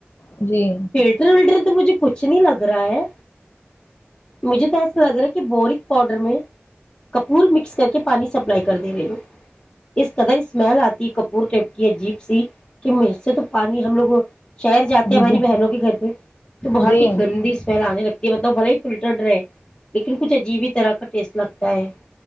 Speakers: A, on the left; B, on the left.
A: جی
B: <unintelligible> فلٹر ولٹر مجھے کچھ نہیں لگ رہا ہے مجھے تو ایسا لگ رہا ہے کہ بورک پاؤڈر میں کپور مکس کر کے پانی سپلائی کر دے رہے لوگ اس قدر اسمیل آتی کپور ٹپ کی عجیب سی کہ سے تو پانی ہم لوگ شہر جاتے
A: جی
B: ہماری بہنوں کے گھر پہ تو بہت
A: جی
B: ہی گندی اسمیل آنے لگتی مطلب بھلا ہی فلٹرڈ رہے لیکن کچھ اجیبت اس طرح کا ٹیسٹ لگتا ہے